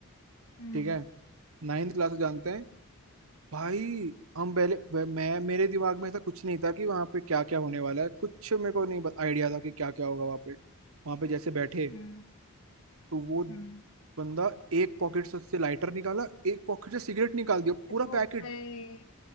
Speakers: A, on the left; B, on the right.
A: हम्म
B: ठीक है नाइन्थ क्लास से जानते हैं भाई हम पहले वे- मैं मेरे दिमाग में ऐसा कुछ नहीं था कि वहाँ पे क्या क्या होने वाला है कुछ मेरे को नहीं आइडिया था कि क्या क्या होगा वहाँ पे वहाँ पे जैसे बैठे
A: हम्म
B: तो वो
A: हम्म
B: बंदा एक पॉकेट से उससे लाइटर निकाला एक पॉकेट से सिगरेट निकाल दिया पूरा
A: ओ
B: पैकेट
A: भाई